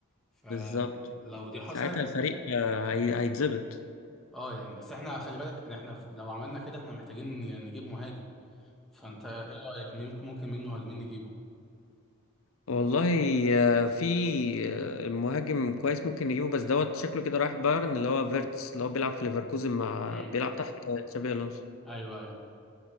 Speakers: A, in the centre; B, on the left.
A: فلو
B: بالظبط
A: دي حصلت
B: ساعتها الفريق آه، هي- هيتظبط
A: اه يعني بس احنا خلي بالك إن احنا لو عملنا كده احنا محتاجين نجيب مهاجم فانت ايه رأيك مين- ممكن مين مهاجمين نجيبه
B: والله آه، في آه، مهاجم كويس ممكن نجيبه بس دوت شكله كده رايح بايرن اللي هو فيرتس اللي هو بيلعب في ليفركوزن مع
A: مم.
B: بيلعب تحت تشابي الونسو
A: ايوه ايوه